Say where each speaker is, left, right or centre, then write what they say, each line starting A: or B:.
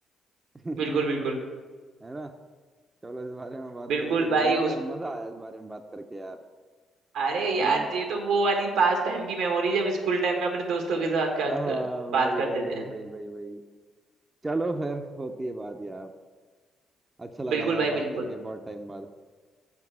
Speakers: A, on the right (about 20°); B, on the right (about 85°).
A: <laughs> है
B: बिल्कुल बिल्कुल
A: ना चलो इस बारे में बात
B: बिल्कुल
A: तो होती रहेगी
B: भाई
A: मगर
B: उस
A: मजा आया इस बारे में बात करके यार
B: अरे यार
A: है ना
B: ये तो वो वाली पास टाइम की मेमोरी जब स्कूल टाइम में अपने दोस्तों के साथ
A: हाँ
B: बात कर बात
A: वही
B: करते
A: वही वही
B: थे
A: वही वही वही चलो फिर होती है बात यार अच्छा लगा
B: बिल्कुल
A: यार
B: भाई
A: बात
B: बिल्कुल
A: करके बहुत टाइम बाद